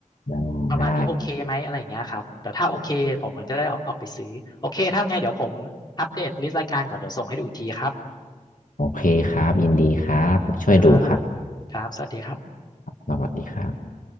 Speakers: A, on the left; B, on the left.
A: ได้ได้
B: ประมาณนี้โอเคไหมอะไรอย่างเงี้ยครับเดี๋ยวถ้าโอเคผมจะได้ออกออกไปซื้อโอเคถ้าไงเดี๋ยวผมอัปเดตลิสต์รายการก่อนเดี๋ยวส่งให้ดูอีกทีครับ
A: โอเคครับยินดีครับช่วยดูครับ
B: ครับครับสวัสดีครับ
A: สวัสดีครับ